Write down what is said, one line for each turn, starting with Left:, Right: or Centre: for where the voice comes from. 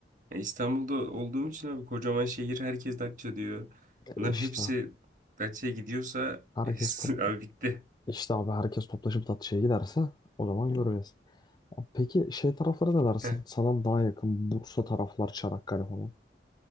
Right: ya İstanbul'da olduğum için abi kocaman şehir herkes Datça diyor.
Left: E
Right: Bunların
Left: İşte
Right: hepsi Datça'ya gidiyorsa
Left: herkes
Right: <laughs>
Left: top
Right: abi bitti.
Left: işte abi herkes toplaşıp tatlıya giderse o zaman göreceğiz. Ya Peki şey taraflara ne dersin?
Right: <laughs>
Left: Sana daha yakın Bursa taraflar, Çanakkale falan.